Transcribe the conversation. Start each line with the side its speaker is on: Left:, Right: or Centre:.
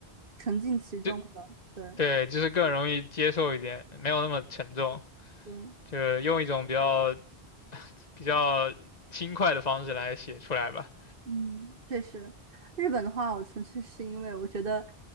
Right: 沉浸其中的。
Left: 就
Right: 对，
Left: 对，就是更容易接受一点，没有那么沉重，
Right: 对，
Left: 就是用一种比较比较轻快的方式来写出来吧，
Right: 嗯，确实，日本的话，我纯粹是因为我觉得，